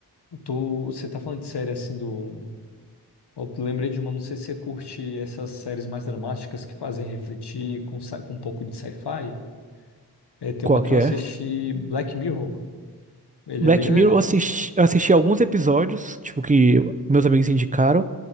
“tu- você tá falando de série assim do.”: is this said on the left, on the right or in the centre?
Left